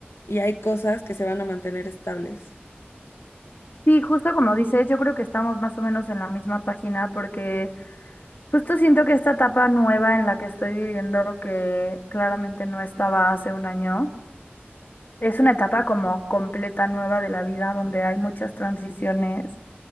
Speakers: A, on the left; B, on the left.
A: y hay cosas que se van a mantener estables.
B: Sí, justo como dices, yo creo que estamos más o menos en la misma página porque justo siento que esta etapa nueva en la que estoy viviendo, que claramente no estaba hace un año, es una etapa como completa nueva de la vida donde hay muchas transiciones